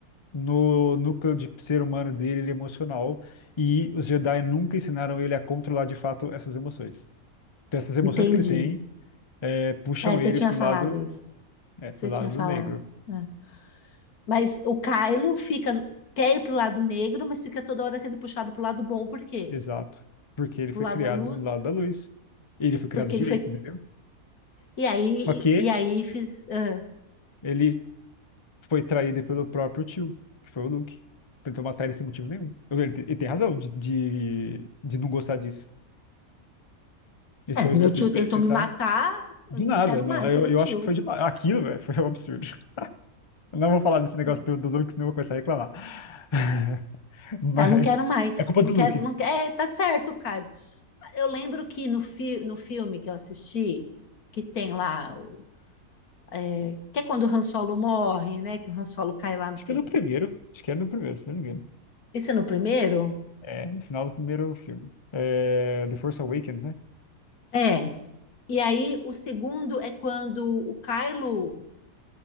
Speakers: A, on the left; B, on the left.
A: no núcleo de ser humano dele, ele é emocional, e os Jedi nunca ensinaram ele a controlar de fato essas emoções. Então, essas emoções
B: Entendi.
A: que ele tem, é, puxam
B: É, você
A: ele
B: tinha
A: pro
B: falado
A: lado,
B: isso.
A: é, pro
B: Você
A: lado
B: tinha falado.
A: negro.
B: É. Mas o Kylo fica, quer ir pro lado negro, mas fica toda hora sendo puxado pro lado bom. Por quê?
A: Exato. Porque ele
B: Pro
A: foi
B: lado
A: criado
B: da luz.
A: do lado da luz. Ele foi criado
B: Porque ele
A: direito,
B: foi.
A: entendeu?
B: E aí,
A: Só que
B: e, e aí fiz. É,
A: ele foi traído pelo próprio tio, que foi o Luke. Tentou matar ele sem motivo nenhum. Ele tem, ele tem razão de, de, de não gostar disso. Esse
B: é,
A: foi o
B: meu
A: estopim
B: tio
A: pra
B: tentou
A: ele tentar.
B: me matar. Eu
A: Do
B: não
A: nada,
B: quero
A: mano.
B: mais,
A: Eu,
B: meu
A: eu
B: tio.
A: acho que foi de nada. Aquilo, velho, foi um absurdo. Eu não vou falar desse negócio
B: Não,
A: do, do Luke, senão eu vou começar a reclamar. <laughs> Mas
B: não quero mais.
A: é culpa
B: Não
A: do
B: quero,
A: Luke.
B: não quero. É, tá certo, Kylo. Eu lembro que no, fi no filme que eu assisti, que tem lá, o- é, que é quando o Han Solo morre, né? Que o Han Solo cai lá no
A: Acho
B: peito.
A: que é no primeiro. Acho que é no primeiro, se não me engano.
B: Esse é no primeiro?
A: É, no final do primeiro filme. É, The Force Awakens, né?
B: É. E aí o segundo é quando o Kylo,